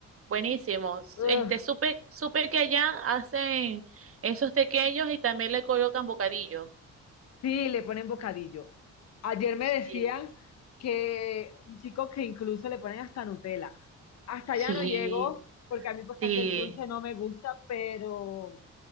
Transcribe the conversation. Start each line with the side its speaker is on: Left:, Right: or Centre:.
Right: buenísimos.
Left: Ugh,
Right: Este, supe, supe que allá hacen esos tequeños y también le colocan bocadillos.
Left: sí, le ponen bocadillo. Ayer me
Right: Sí.
Left: decían que un chico que incluso le ponen hasta Nutella. Hasta
Right: Sí,
Left: allá no llego, porque a mí pues
Right: sí.
Left: casi el dulce no me gusta, pero,